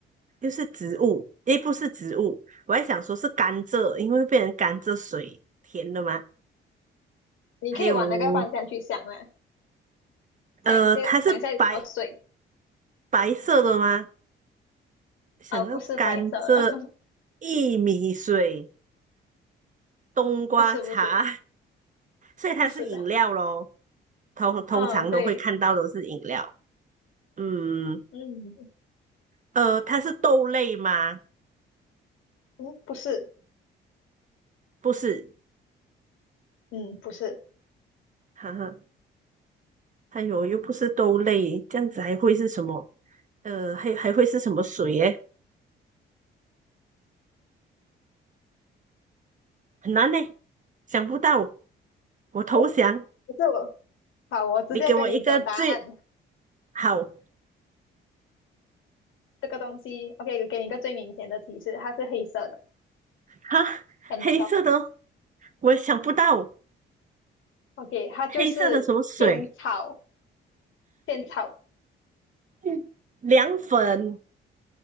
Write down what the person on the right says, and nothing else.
又是植物，诶，不是植物，我还想说是甘蔗，因为会变成甘蔗水，甜的吗？
还有呃，
它是白白色的吗？想要甘蔗、
薏米水、冬瓜茶，
<laughs> 所以它是饮料咯。
通通常都会看到都是饮料。
嗯，
呃，它是豆类吗？
不是，
哈哈，哎呦，又不是豆类，这样子还会是什么？呃，还还会是什么水耶？很难呢，想不到，我投降。
你给我一个最好
哈，
黑色的，我想不到
黑色的什么水，
嗯凉粉。